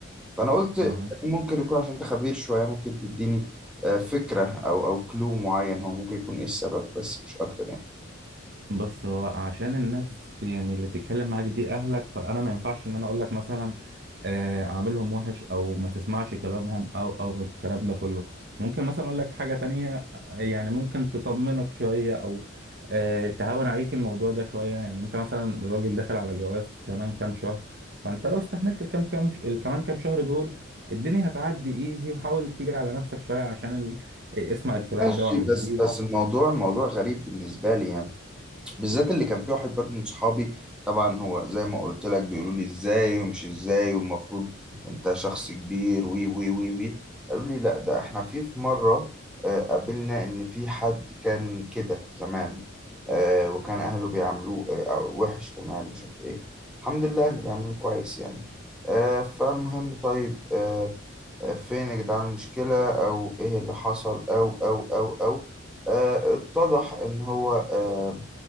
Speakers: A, in the centre; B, on the right (about 50°).
A: فأنا قلت
B: دي
A: ممكن يكون عشان أنت خبير شوية ممكن تديني آه، فكرة أو أو كلو معين هو ممكن يكون إيه السبب بس مش أكتر يعني
B: بص هو عشان الناس يعني اللي بتتكلم معاك دي اهلك فانا ما ينفعش ان انا اقول لك مثلا آه، اعملهم وحش او ما تسمعش كلامهم او او الكلام ده كله ممكن مثلا اقول لك حاجة تانية آه، يعني ممكن تطمنك شوية او آه، تهون عليك الموضوع ده شوية يعني انت مثلا راجل داخل على جواز كمان كام شهر فانت لو استحملت الكام كام ش- الكمان كام شهر دول الدنيا هتعدي ايزي وحاول تيجي على نفسك شوية عشان ال... اسمع الكلام
A: ماشي
B: ده وعديه
A: بس بس الموضوع الموضوع غريب بالنسبة لي يعني بالذات اللي كان في واحد برضو من صحابي طبعا هو زي ما قلت لك بيقولوا لي ازاي ومش ازاي والمفروض انت شخص كبير وي وي وي وي قالوا لي لا ده احنا في في مرة آه، قابلنا ان في حد كان كده زمان آه، وكان اهله بيعملوه آه، وحش كمان مش عارف ايه الحمد لله اهلي بيعملوه كويس يعني آه، فالمهم طيب آه، آه، فين يا جدعان المشكلة او ايه اللي حصل او او او او آه، اتضح ان هو آه،